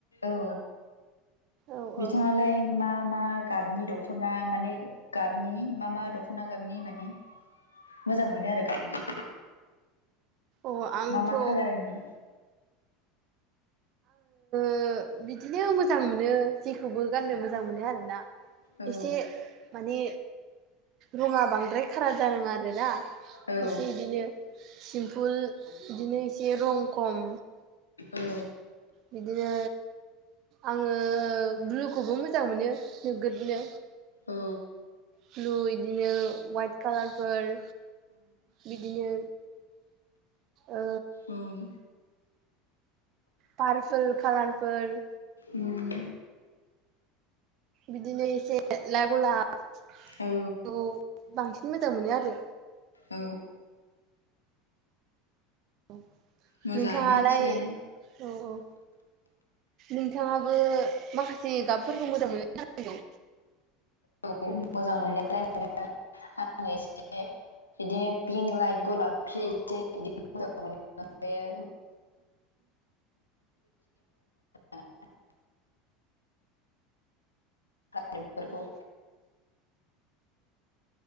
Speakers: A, on the left; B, on the right.
A: औ
B: औ औ
A: बिथाङालाय मा मा गाबनि दख'ना माने गाबनि मा मा दख'ना गाबनि माने मोजां मोनो आरो गाननो
B: औ आंथ'
A: मा मा खालारनि
B: ओ बिद दिनो मोजां मोनो जेखौबो गाननो मोजां मोनो आरोना
A: औ
B: एसे माने रङा बांद्राय खारा जानाङा आरोना
A: औ
B: एसे बिदिनो सिम्पुल बिदिनो एसे रं खम
A: औ
B: बिदिनो आङो ब्लुखौबो मोजां मोनो नोगोदनो
A: औ
B: ब्लु बिदिनो वाइट कालारफोर बिदिनो ओ
A: ओं
B: पारपोल कालारफोर
A: ओम
B: बिदिनो एसे लाइक गलाब खौ
A: औ
B: बांसिन मोजां मोनो आरो
A: औ
B: औ
A: मोजाङानो
B: नोंथाङालाय
A: थिगानो
B: औ औ नोंथाङाबो माखासे गाबफोरखौ मोजां मोनो जानांगौ
A: औ मोजां मोननायालाय मोनो आं एसे बिदिनो पिंक लाइट गलाबफि एसे बिदि मोजां मोनो ओमफायो <unintelligible> बेफोरखौ